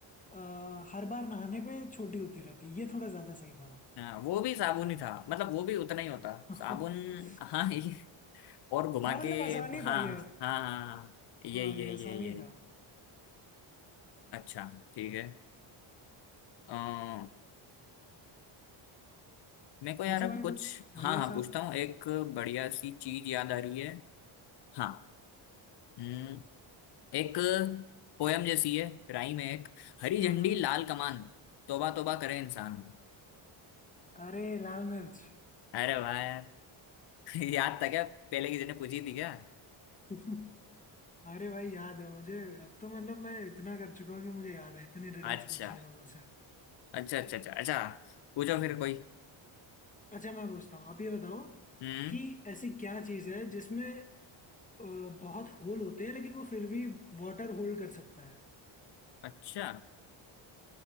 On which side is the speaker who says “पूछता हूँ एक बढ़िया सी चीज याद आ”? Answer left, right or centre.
Left